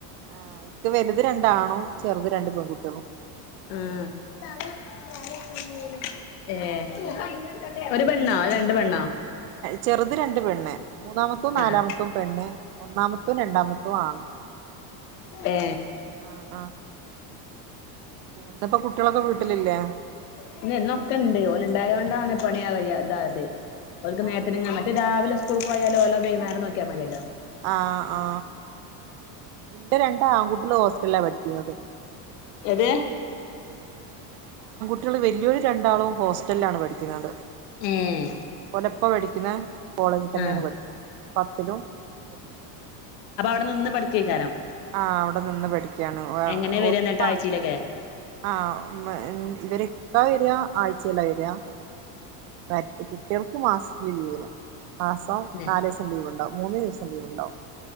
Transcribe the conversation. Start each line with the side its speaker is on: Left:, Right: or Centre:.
Right: ആഹ ഇത് വലുത് രണ്ടാണോ ചെറുത് രണ്ട് പെൺകുട്ടികളും
Left: ഉ <inaudible> ഏ ഒരു പെണ്ണോ അതോ രണ്ട് പെണ്ണോ
Right: ചെറുത് രണ്ട് പെണ്ണ് മൂന്നാമത്തും നാലാമത്തും
Left: ആഹ്
Right: പെണ്ണ് ഒന്നാമത്തും രണ്ടാമത്തും ആണ്
Left: ഏ
Right: ആഹ് ആഹ് പിന്നെ എന്തപ്പ കുട്ടികളൊക്കെ വീട്ടിലില്ലേ
Left: പിന്ന എന്നൊക്കെ ഉണ്ട് ഓല ഉണ്ടായതു കൊണ്ടാണ് പണി കഴി ഇതാത് അവർക്ക് നേരത്ത്
Right: ആഹ്
Left: കാലത്തിനും മറ്റേ രാവിലെ സ്കൂൾ പോയാൽ മതില്ലോ നേരം നോക്കിയാ മതിയല്ലോ
Right: ആ ആ ഇന്റെ രണ്ട് ആൺകുട്ടികൾ ലാ പഠിക്കുന്നത്
Left: എത്
Right: കുട്ടികൾ വലിയൊരു രണ്ടാളും ഹോസ്റ്റലിലാണ് പഠിക്കുന്നത്
Left: ഏഹ്
Right: ഓനപ്പ പഠിക്കുന്ന കോളേജിൽ തന്നെയാണ്
Left: ആഹ്
Right: പഠിക്കുന്നത് പത്തിലും എട്ടിലും
Left: അ നിന്ന് പഠിക്കേ കാരം
Right: ആഹ് അവിടെ നിന്ന് പഠിക്കയാണ്
Left: എങ്ങനെ വര
Right: ഒത്തു
Left: എന്നിട്ട് ആഴ്ചയിലൊക്കെ
Right: ആ <unintelligible> ഇവര് എന്നാ വരിക ആഴ്ചയിലാ വരിക മറ്റ് കുട്ടികൾക്ക് മാസത്തില ലീവിന് മാസം
Left: പിന്നെ
Right: നാല് ദിവസം ലീവ് ഉണ്ടാവും മൂന്ന് ദിവസം ലീവ് ഉണ്ടാവും